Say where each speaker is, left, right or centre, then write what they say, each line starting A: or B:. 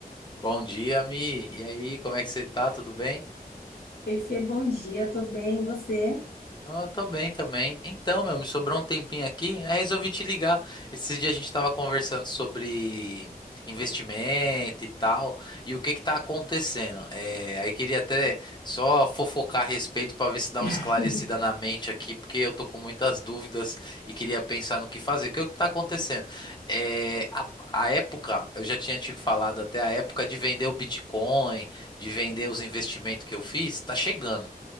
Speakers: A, on the left (about 30°); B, on the left (about 70°).
A: Bom dia, Mi. E aí, como é que você tá? Tudo bem?
B: Perfê, bom dia, tô bem, e você?
A: Ah, tô bem também. Então, meu, me sobrou um tempinho aqui, aí resolvi te ligar. Esses dias a gente tava conversando sobre investimento e tal, e o que que tá acontecendo. É, aí queria até só fofocar a respeito pra ver se dá
B: <laughs>
A: uma esclarecida na mente aqui, porque eu tô com muitas dúvidas e queria pensar no que fazer. O que que tá acontecendo? É, a, a época, eu já tinha te falado até a época de vender o Bitcoin, de vender os investimentos que eu fiz, tá chegando.